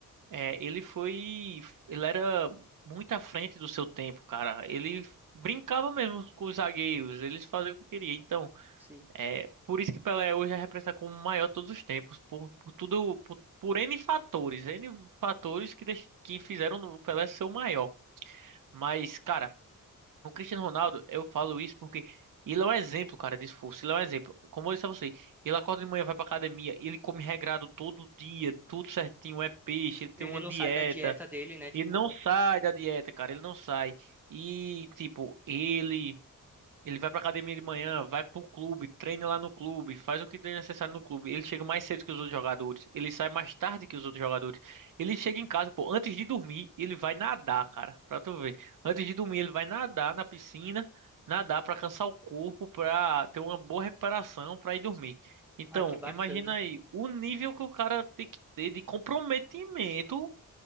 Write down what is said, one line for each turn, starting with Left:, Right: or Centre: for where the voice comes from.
Right: é, ele foi, ele era muito à frente do seu tempo, cara. Ele brincava mesmo com os zagueiros, eles faziam o que queria. Então,
Centre: sim.
Right: é por isso que Pelé hoje é representado como o maior de todos os tempos, por, por tudo, por, por N fatores, N fatores que, deix- que fizeram o Pelé ser o maior. Mas, cara, o Cristiano Ronaldo, eu falo isso porque ele é um exemplo, cara, de esforço. Ele é um exemplo. Como eu disse a você, ele acorda de manhã, vai pra academia, ele come regrado todo dia, tudo certinho, é peixe, ele tem
Centre: Ele
Right: uma
Centre: não
Right: dieta.
Centre: sai da dieta dele, né? Tipo,
Right: Ele não sai da dieta, cara, ele não sai. E, tipo, ele. Ele vai pra academia de manhã, vai pro clube, treina lá no clube, faz o que tem necessário no clube. Ele chega mais cedo que os outros jogadores. Ele sai mais tarde que os outros jogadores. Ele chega em casa, pô, antes de dormir, ele vai nadar, cara. Pra tu ver. Antes de dormir, ele vai nadar na piscina, nadar pra cansar o corpo, pra ter uma boa recuperação, pra ir dormir. Então,
Centre: ai, que bacana.
Right: imagina aí o nível que o cara tem que ter de comprometimento